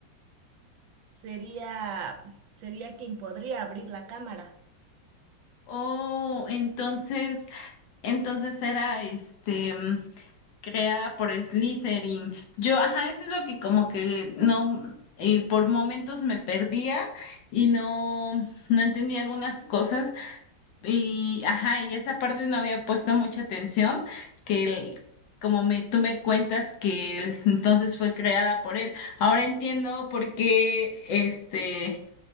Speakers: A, on the right; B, on the left.
A: sería, sería quien podría abrir la cámara.
B: Oh, entonces, entonces era este mm, creada por Slytherin. Yo, ajá, eso es lo que como que no mm, eh, por momentos me perdía y no no entendía algunas cosas Y, ajá, y esa parte no había puesto mucha atención, que el- como me, tú me cuentas que el- <laughs> entonces fue creada por él. Ahora entiendo por qué este,